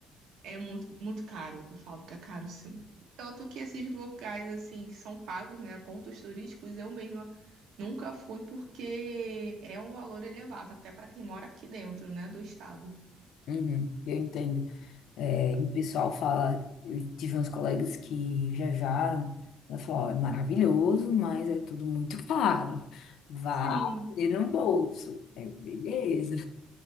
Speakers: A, on the right; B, on the left.
A: É muito, muito caro. Eu falo que é caro, sim. Tanto que esses locais, assim, que são pagos, né? Pontos turísticos, eu mesma nunca fui porque é um valor elevado, até para quem mora aqui dentro, né? Do estado.
B: Uhum, eu entendo. É, e o pessoal fala, eu tive uns colegas que viajaram, ela falou, "Ó, é maravilhoso, mas é tudo muito <laughs> caro. Vá
A: Sim,
B: ter um bolso. Eu, beleza.